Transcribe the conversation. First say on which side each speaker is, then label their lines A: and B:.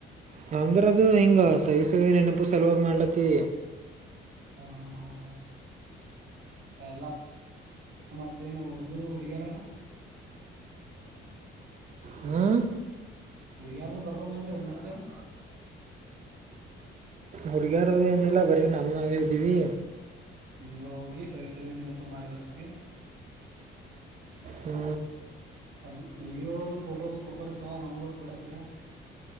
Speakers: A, on the right (about 35°); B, on the right (about 60°).
A: ನಮ್ದ್ರ ಅದು ಹಿಂಗ ಸವಿ ಸವಿ ನೆನಪು ಸಲುವಾಗಿ ಮಾಡ್ಲತ್ತ
B: ಹಾ ಹಾ ಹಾ ಎಲ್ಲ ಮತ್ತೇನ್ ಹುಡುಗರು ಹುಡುಗಾರಣ್ಣ
A: ಹ್ಞೂ
B: ಕುಡಗಾರನ್ನು ಕು ಕೊಡಂದೋ ಎಣ್ಣತೇನೆ
A: ಹುಡ್ಗರದ ಏನಿಲ್ಲ ಬರೀ ನಮನಾಗ ಇದೀವಿ
B: ನೀವು ಹೋಗಿ ಸವಿ ಸವಿ ನೆನಪ ಮಾಡಿ ಬರ್ತೀರಿ
A: ಹ್ಮ
B: ಅದು ವಿಡಿಯೋದು ಫೋಟೋ ಅದು ತೊಗೋರಿಪ್ಪಾ ನಮ್ಗೆ ಹೊಟ್ಟು ಬಡಕ ರೀ